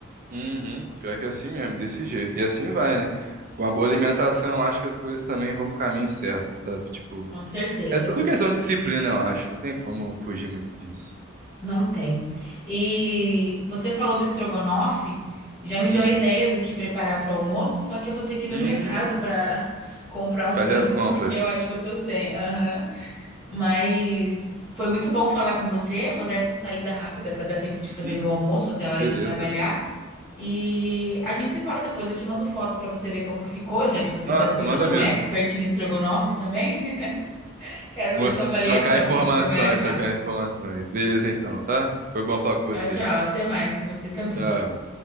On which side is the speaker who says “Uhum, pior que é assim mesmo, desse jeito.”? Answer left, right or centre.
Right